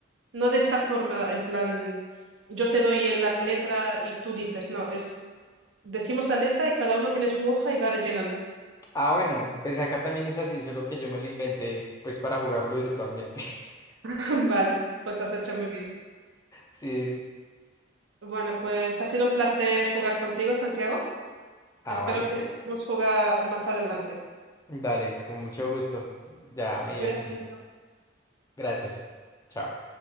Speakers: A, on the right; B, on the left.
A: No de esta forma, en plan, yo te doy la letra y tú dices, no, es, decimos la letra y cada uno tiene su hoja y va rellenando.
B: Ah, bueno, pues acá también es así, solo que yo me lo inventé pues para jugarlo virtualmente. <laughs>
A: <laughs> Vale. Pues has hecho muy bien.
B: Sí,
A: Bueno, pues ha sido un placer jugar contigo, Santiago.
B: ah,
A: Espero
B: vale.
A: que podamos jugar más adelante.
B: Dale, con mucho gusto. Ya me
A: Cuídate
B: divertí.
A: mucho.
B: Gracias. Chao.